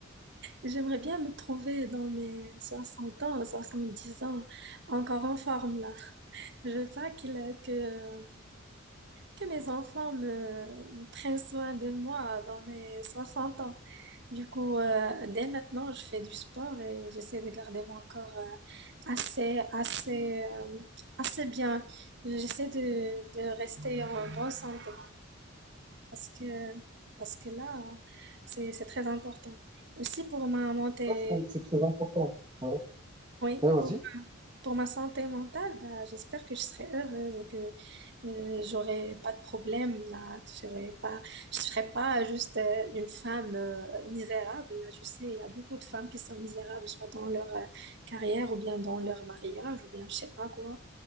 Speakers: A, on the right (about 55°); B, on the right (about 20°).
A: J'aimerais bien me trouver dans mes 60 ans, 70 ans, encore en forme là. Je veux pas qu'il, que, que mes enfants me, me prennent soin de moi dans mes 60 ans. Du coup, euh, dès maintenant, je fais du sport et j'essaie de garder mon corps euh, assez, assez, euh, assez bien. J'essaie de, de rester en bonne santé parce que, parce que là, hein, c'est, c'est très important. Aussi pour ma montée,
B: Ouais, c'est c'est très important. Ouais,
A: oui,
B: Ouais, vas-y.
A: pour, Pour ma santé mentale, bah, j'espère que je serai heureuse et que euh, j'aurai pas de problème là, que j'aurai pas, je serai pas juste euh, une femme euh, misérable. Là, je sais, il y a beaucoup de femmes qui sont misérables, soit dans leur euh, carrière ou bien dans leur mariage ou bien je sais pas quoi.